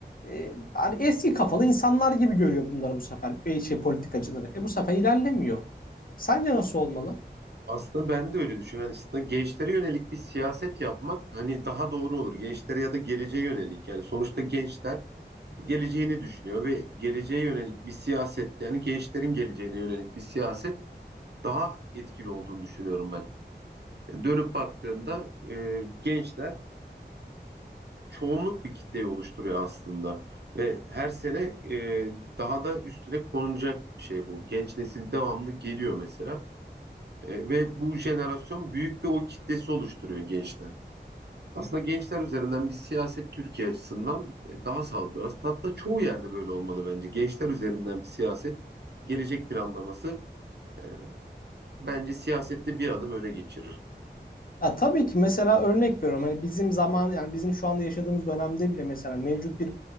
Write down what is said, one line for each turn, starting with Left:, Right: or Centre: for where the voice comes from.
Left: e, hani eski kafalı insanlar gibi görüyor bunları bu sefer e, şey politikacıları. E bu sefer ilerlemiyor. Sence nasıl olmalı?
Right: Aslında ben de öyle düşünüyorum. Yani aslında gençlere yönelik bir siyaset yapmak hani daha doğru olur. Gençlere ya da geleceğe yönelik. Yani sonuçta gençler geleceğini düşünüyor ve geleceğe yönelik bir siyaset yani gençlerin geleceğine yönelik bir siyaset daha etkili olduğunu düşünüyorum ben. E, dönüp baktığında e, gençler çoğunluk bir kitleyi oluşturuyor aslında. Ve her sene e, daha da üstüne konulacak bir şey bu. Genç nesil devamlı geliyor mesela. E, ve bu jenerasyon büyük bir o kitlesi oluşturuyor gençler. Aslında gençler üzerinden bir siyaset Türkiye açısından e, daha sağlıklı. Aslında hatta çoğu yerde böyle olmalı bence. Gençler üzerinden bir siyaset, gelecek planlaması e, bence siyasette bir adım öne geçirir.
Left: Ya tabii ki mesela örnek veriyorum hani bizim zaman yani bizim şu anda yaşadığımız dönemde bile mesela mevcut bir